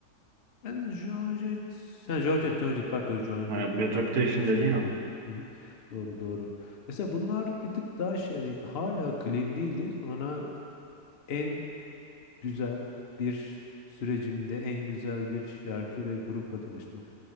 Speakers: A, on the left; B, on the right.
A: ben Joan Jett, ha, Joan Jett, Joan Jett, pardon Joan
B: Evet,
A: Jett'in
B: Bad
A: aklım
B: Reputation
A: bir tık şeye
B: dediğin
A: gitti. Hı hı. Doğru doğru. Mesela bunlar bir tık daha şey hani hala clean değildi. Sonra en güzel bir sürecimde en güzel bir şarkı ve grupla tanıştım.